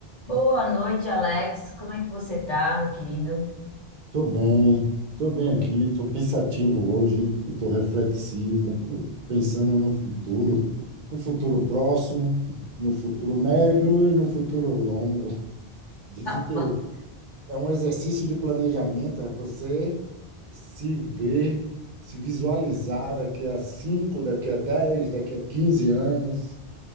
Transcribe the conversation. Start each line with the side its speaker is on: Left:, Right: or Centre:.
Left: Boa noite, Alex. Como é que você tá, meu querido?
Right: Tô bem, tô bem aqui, tô pensativo hoje, tô reflexivo, pensando no futuro, no futuro próximo, no futuro médio e no futuro longo. <laughs> Dizem
Left: <laughs>
Right: que é um exercício de planejamento, é você se ver, se visualizar daqui a 5, daqui a 10, daqui a 15 anos.